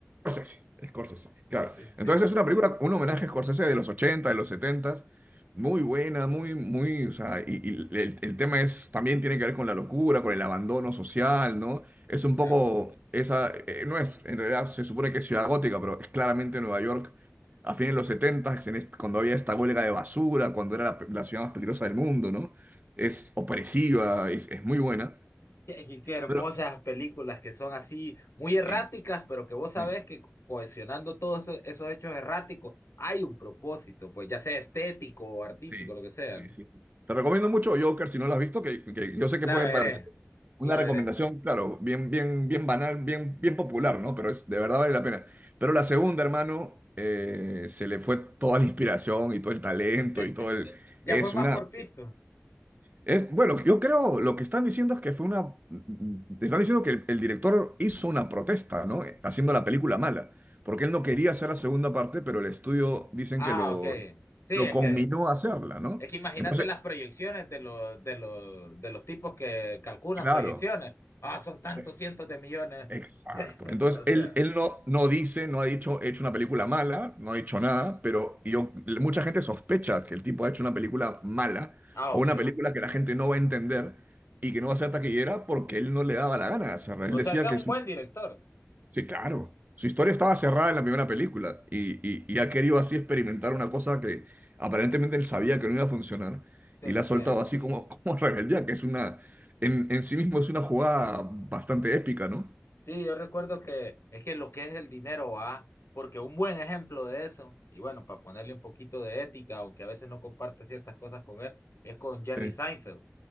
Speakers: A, on the right; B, on the left.
A: Scorsese, Scorsese, claro.
B: <laughs> Sí,
A: Entonces es una película, un homenaje a Scorsese de los 80, de los 70, muy buena, muy, muy, o sea, y, y el, el tema es, también tiene que ver con la locura, con el abandono social, ¿no? Es un poco,
B: exacto.
A: esa, eh, no es, en realidad se supone que es ciudad gótica, pero es claramente Nueva York a fines de los 70, en est- cuando había esta huelga de basura, cuando era la, pe- la ciudad más peligrosa del mundo, ¿no? Es opresiva, es, es muy buena.
B: Qué, qué- hermosas
A: Pero,
B: películas que son así, muy erráticas,
A: sí,
B: pero que vos sabés
A: sí.
B: que cohesionando todos eso- esos hechos erráticos hay un propósito, pues ya sea estético o artístico,
A: Sí,
B: lo que sea,
A: sí,
B: ¿no?
A: sí. Te recomiendo mucho Joker si no lo has visto, que, que yo sé que
B: La
A: puede
B: veré,
A: parecer una
B: la
A: recomendación,
B: veré.
A: claro, bien, bien, bien banal, bien, bien popular, ¿no? Pero es, de verdad
B: Mm.
A: vale la pena. Pero la segunda, hermano, eh, se le fue toda la inspiración y todo el talento
B: <laughs>
A: y todo el...
B: Ya
A: Es
B: fue más
A: una...
B: por pisto.
A: Es, bueno, yo creo, lo que están diciendo es que fue una... mm, Están diciendo que el, el director hizo una protesta, ¿no? Haciendo la película mala, porque él no quería hacer la segunda parte, pero el estudio dicen
B: Ah,
A: que lo,
B: ok. Sí,
A: lo
B: es
A: conminó
B: que,
A: a hacerla, ¿no?
B: es que imagínate
A: Entonces,
B: las proyecciones de los, de los, de los tipos que calculan
A: Claro,
B: proyecciones. Ah, son tantos
A: e-
B: cientos de millones
A: exacto.
B: de- <laughs>
A: Entonces,
B: o sea.
A: él, él no, no dice, no ha dicho, he hecho una película mala, no ha hecho nada, pero yo, mucha gente sospecha que el tipo ha hecho una película mala
B: Ah,
A: o
B: ok.
A: una película que la gente no va a entender y que no va a ser taquillera porque él no le daba la gana de cerrar. Él
B: O
A: decía
B: sea que es
A: que
B: un
A: su-
B: buen director.
A: sí, claro, su historia estaba cerrada en la primera película y, y, y ha querido así experimentar una cosa que aparentemente él sabía que no iba a funcionar
B: Te
A: y
B: entiendo.
A: la ha soltado así como, <laughs> como rebeldía, que es una, en en sí mismo es una jugada bastante épica, ¿no?
B: Sí, yo recuerdo que es que lo que es el dinero, va, porque un buen ejemplo de eso, y bueno, para ponerle un poquito de ética, aunque a veces no comparte ciertas cosas con él, es con Jerry
A: Sí,
B: Seinfeld,